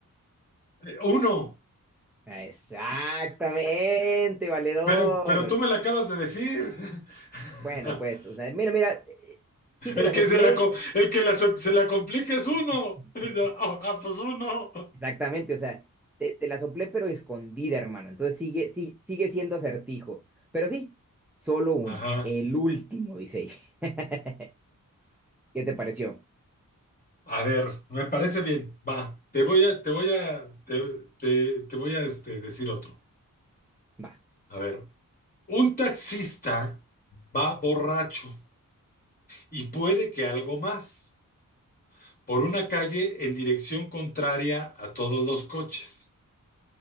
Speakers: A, on the left (about 25°); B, in the centre.
A: Eh, Uno,
B: <laughs> Exactamente, valedor.
A: pero, pero tú me lo acabas de decir. <laughs>
B: Bueno, pues, o sea, mira, mira, eh, sí te
A: El
B: la
A: que
B: soplé,
A: se la, co- el que la so- se la complica es uno.
B: <laughs>
A: <laughs> Y yo, ah, ah, pues uno.
B: Exactamente, o sea, te, te la soplé pero escondida, hermano. Entonces sigue, sí, sigue siendo acertijo. Pero sí, solo uno,
A: Ajá.
B: el último, dice ahí. <laughs> ¿Qué te pareció?
A: A ver, me parece bien. Va, te voy a, te voy a, te, te- te voy a este, decir otro.
B: Va.
A: A ver, un taxista va borracho y puede que algo más por una calle en dirección contraria a todos los coches.